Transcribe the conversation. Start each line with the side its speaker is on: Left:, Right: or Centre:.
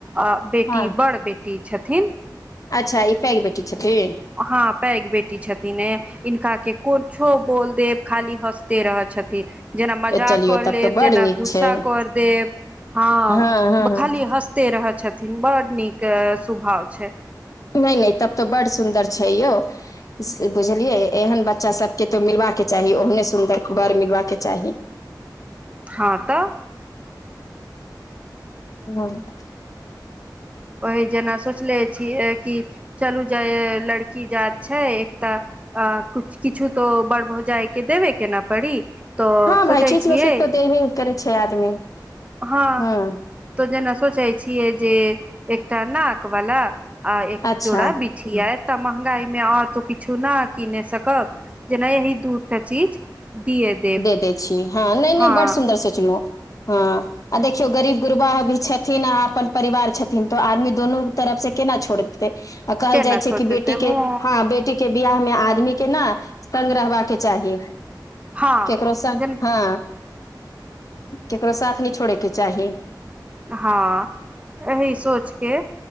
Right: आ बेटी
Left: हँ
Right: बड़ बे टी छथिन।
Left: अच्छा ई पैग बेटी छथी।
Right: हाँ पैग बेटी छ ती नै, इनका के कोछो बोल देब, खाली हँसते रहै छथि। जेना मजाक
Left: ए चलियौ
Right: कर
Left: तब
Right: लेब,
Left: तऽ बड्ड
Right: जेना
Left: नीक
Right: गुस्सा
Left: छै
Right: कर देब, हाँ
Left: हँ हँ
Right: खाली हँसते रह छथिन, बड नीक सुभाव छै।
Left: नै नै तब तऽ बड्ड सुन्दर छैयौ, स बुझलियै एहन बच्चा सब के ते मिलबा के चाही, ओहने सुन्दर बड़ मिलबा के चाही।
Right: हाँ तऽ
Left: <unintelligible>
Right: ओही जेना सोचले छियै कि चलू जै लड़की जात छै, एक तऽ अ कुछ किछु तो बड़ भौजाय के देबे के ना पड़ी। तऽ
Left: हाँ
Right: सोचै
Left: भाय किछ
Right: छियै
Left: ने किछ ते देबै करै छै आदमी,
Right: हँ
Left: हाँ।
Right: तऽ जेना सोचै छियै जे एकटा नाक वला आ एक
Left: अच्छा
Right: जोड़ा बिछिया तऽ महंगाई मे और तो किछु न कीनै सकब, जेना यही दूटा चीज दिए देब
Left: दे दै छी, हाँ नै
Right: हँ
Left: नै बड सुन्दर सोचलौ। हाँ आ देखियौ गरीब गुरबा भी छथिन आ अपन परिवार छथिन, तऽ आदमी दोनू तरफ से केना छोड़ ते अ कहल
Right: केना
Left: जाय छै
Right: छोड़
Left: कि
Right: देते
Left: बेटी
Right: हँ
Left: के, हाँ बेटी के बिहा मे आ मी के नै संग रहबा के चाही।
Right: हँ
Left: केकरो से
Right: जेन
Left: हाँ। केकरो साथ नै छोड़े के चाही।
Right: हाँ एही सोच के